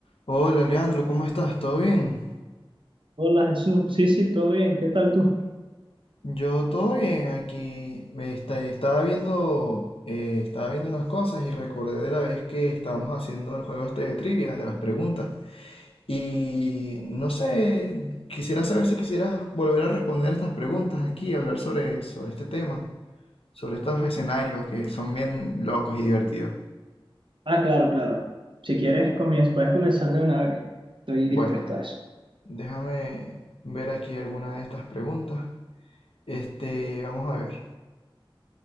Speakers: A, on the left; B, on the right.
A: Hola Leandro, ¿cómo estás? ¿Todo bien?
B: Hola Jesús, sí, sí, todo bien, ¿qué tal tú?
A: Yo todo bien aquí. Me esta- estaba viendo, eh, estaba viendo unas cosas y recordé de la vez que estábamos haciendo el juego este de trivia, de las preguntas. Y no sé, quisiera saber si quisieras volver a responder estas preguntas aquí, hablar sobre, sobre este tema, sobre estos escenarios que son bien locos y divertidos.
B: Ah, claro, claro. Si quieres, comienza, puedes comenzar de una vez. Estoy
A: Bueno,
B: dispuesto a eso.
A: déjame ver aquí alguna de estas preguntas. Este, vamos a ver.